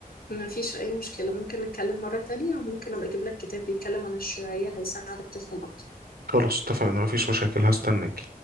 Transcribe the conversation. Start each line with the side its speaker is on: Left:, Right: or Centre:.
Left: ما فيش اي مشكله ممكن نتكلم مره تانية وممكن ابقى اجيب لك كتاب بيتكلم عن الشيوعيه هيساعدك تفهم اكتر
Right: خلاص اتفقنا مفيش مشاكل هستناك